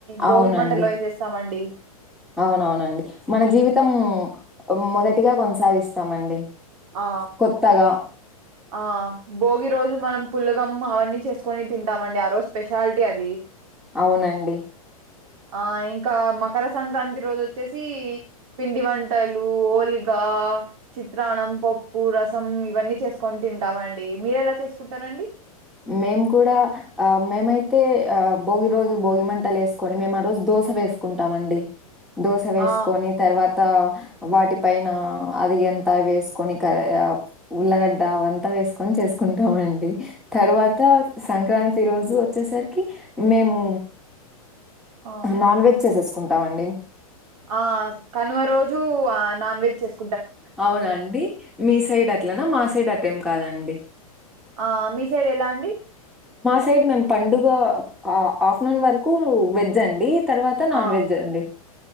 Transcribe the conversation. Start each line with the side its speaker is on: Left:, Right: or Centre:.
Right: భోగి
Centre: అవునండి
Right: మంటల్లో ఏసేస్తామండి.
Centre: అవునవునండి మన జీవితం మొదటిగా కొనసాగిస్తామండి.
Right: ఆ
Centre: కొత్తగా
Right: ఆ భోగి రోజు మనం పుల్లగమ్ అవన్నీ చేసుకొని తింటామండి. ఆ రోజు స్పెషాలిటీ అది.
Centre: అవునండి.
Right: ఆ ఇంకా మకర సంక్రాంతి రోజు వచ్చేసి పిండి వంటలు ఓలిక్ ఇంకా చిత్రాన్నం, పప్పు, రసం ఇవన్నీ చేస్ కొని తింటామండి మీరు ఎలా చేసుకుంటారండి.
Centre: మేము కూడా ఆ మేమైతే ఆ భోగి రోజు భోగి మంటలు వేసుకొని మేము ఆ రోజు దో స వేసుకుంటామండి. దోస వేసుకొని
Right: ఆ
Centre: తర్వాత వాటి పైన అది ఎంత వేసుకొని క ఉల్లగడ్డ అవంతా వేసుకొని చేస్ కుంటామండి తర్వాత సంక్రాంతి రోజు వచ్చేసరికి మేము
Right: ఆ
Centre: నాన్ వెజ్ చేసేసుకుంటామండి
Right: ఆ కనుమ రోజు నాన్ వెజ్ చేస్
Centre: అవునా అండి మీ సైడ్ అట్లనా మా సైడ్ అట్టేం కాదండి
Right: ఆ మీ సైడ్ ఎలా అండి
Centre: సైట్ మేము పండుగ ఆఫ్టర్నూన్ వరకు వెజ్ అండి తర్వాత నాన్
Right: ఆ
Centre: వెజ్ అండి